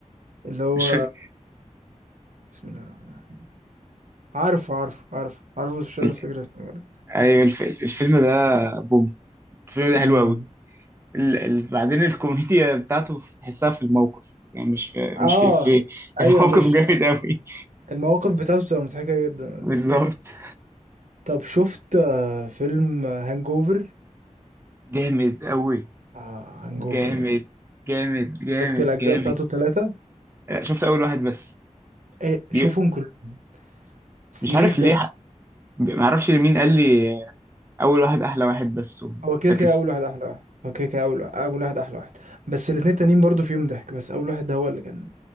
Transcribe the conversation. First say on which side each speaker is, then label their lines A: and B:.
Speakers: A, on the right; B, on the right.
A: اللي هو
B: مش فاكر
A: بسم الله الرحمن الرحيم عارفه عارفه عارفه عارفه بس مش قادر
B: ال-
A: افتكر اسمه برضه.
B: ايوه الف... الفيلم ده بوم الفيلم ده
A: امم
B: حلو قوي ال... ال... بعدين الكوميديا بتاعته تحسها في الموقف يعني مش في
A: اه
B: مش في في <laughs> الموقف
A: ايوه مش
B: جامد قوي <laughs>
A: المواقف بتاعته بتبقى مضحكة جدا
B: بالظبط
A: طب شفت آه، فيلم هانجوفر
B: جامد قوي
A: آه هانجوفر
B: جامد جامد جامد
A: شفت الأجزاء
B: جامد
A: بتاعته التلاتة
B: آه، شفت اول واحد بس
A: إيه
B: بي...
A: شوفهم كلهم صريخ
B: مش عارف
A: ضحك
B: ليه ح- ما اعرفش لمين قال لي آه، اول واحد احلى واحد بس
A: هو كده
B: فاكس
A: كده أول واحد أحلى واحد هو كده كده أول أول واحد أحلى واحد بس الاتنين التانيين برضو فيهم ضحك بس أول واحد ده هو اللي كان